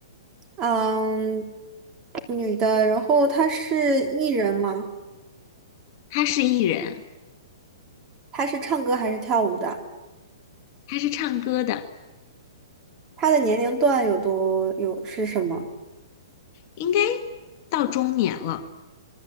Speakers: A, on the right (about 20°); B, on the left (about 35°).
A: 嗯，女的。然后他是艺人吗？
B: 她是艺人，
A: 他是唱歌还是跳舞的？
B: 她是唱歌的，
A: 他的年龄段有多有是什么？
B: 应该到中年了，